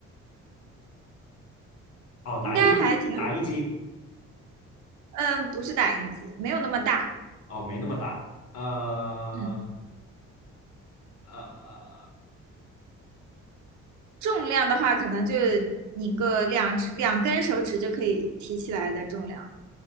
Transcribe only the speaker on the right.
应该还挺好，
嗯、不是打印机，没有那么大，
嗯，
重量的话可能就你个两只两根手指就可以提起来的重量，